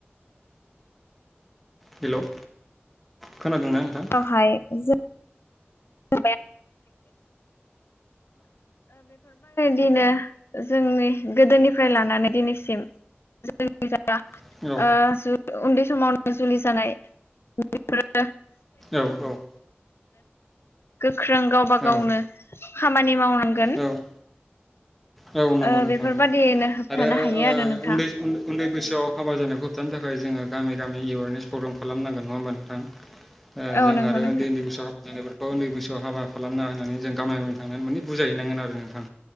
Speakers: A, in the centre; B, on the left.
A: हेल'। खोनादोंना
B: <inaudible>
A: नोंथां
B: <inaudible> दिनो जोंनि गोदोनिफ्राय लानानै दिनैसिम जोंनि
A: औ औ
B: उन्दै समावनो जुलि जानाय बेफोरो
A: औ औ।
B: गोख्रों गावबा
A: औ
B: गावनो खामानि मावनांगोन।
A: औ औ
B: ओ
A: नंगौ नोंथां
B: बेफोरबादियैनो होबथानो
A: आरो
B: हायो आरो नोंथां
A: उन्दै उन्दै बैसोआव हाबा जानायखौ होबथानो थाखाय जोङो गामि गामि एवारनेस प्रग्राम खालामनांगोन नङा होमबा नोंथां।
B: औ
A: जों
B: नंगौ
A: आरो
B: नोंथां
A: उन्दै उन्दै बैसोआव हाबा जानायफोरखौ उन्दै बैसोआव हाबा खालामनाङा होननानै जों गामि गामि थांनानै माने बुजाय हैनांगोन आरो नोंथां।